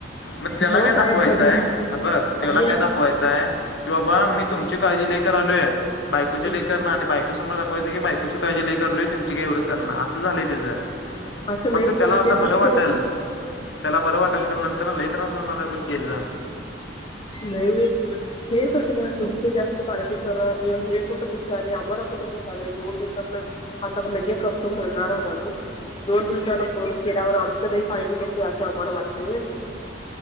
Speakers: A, on the left; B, on the left.
A: मग त्याला
B: मत
A: काय दाखवायचंय
B: आहे कधी
A: बघ त्याला
B: आणि
A: काय दाखवायचं म्हणायचं बाबा मी तुमची लई काळजी कारलोई, बायकोची
B: अं,
A: कराना आलोय बाक ले तो दाखवतोयं की बायकोची काळजी करलोय त्यांची काय एवढं करं असं झालंयिचं
B: असं
A: फक्त
B: नाही रे
A: त्याला आता
B: ते दिसते
A: बरं वाटेल त्याला बरं वाटेल कार नंतर लई त्रास बनणार आहे बर केल जा
B: नाही हे कसं नाही तुमच जास्त काळजी करणार नाही, हे कुठं पसाल आम्हाला कुठे पिसाले दोन दिवसात आता लग करतो म्हणणारा माणूस दोन दिवसांना पूर्ण केल्यावर आमच्याला काळजी करते असं आम्हाला वाटतय